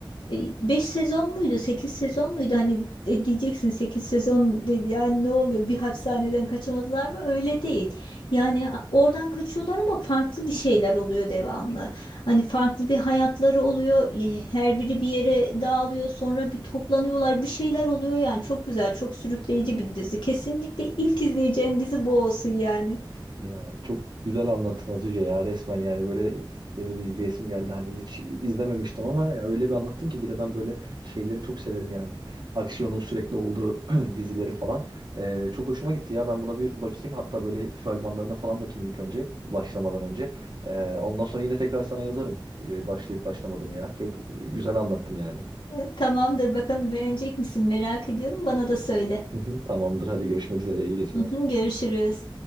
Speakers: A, on the left (about 75°); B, on the right (about 55°).
A: e, 5 sezon muydu, 8 sezon muydu? Hani de- diyeceksin 8 sezon dedi yani ne oluyor? Bir hapishaneden kaçamadılar mı? Öyle değil. Yani a- oradan kaçıyorlar ama farklı bir şeyler oluyor devamlı. Hani farklı bir hayatları oluyor. Ye- Her biri bir yere dağılıyor. Sonra bir toplanıyorlar. Bir şeyler oluyor yani. Çok güzel, çok sürükleyici bir dizi. Kesinlikle ilk izleyeceğin dizi bu olsun yani.
B: Ya çok güzel anlattın Hatice ya resmen yani böyle benim izleyesim geldi hani hiç izlememiştim ama ya öyle bir anlattın ki bir de ben böyle şeyleri çok severim yani aksiyonun sürekli olduğu <clears throat> dizileri falan Ee, çok hoşuma gitti ya ben buna bir bakayım hatta böyle fragmanlarına falan bakayım ilk önce başlamadan önce Ee, ondan sonra yine tekrar sana yazarım Ee, başlayıp başlamadım ya çok güzel anlattın yani
A: E, Tamamdır. Bakalım beğenecek misin? Merak ediyorum. Bana da söyle.
B: <laughs> Tamamdır hadi görüşmek üzere iyi geceler.
A: Hı hı, Görüşürüz.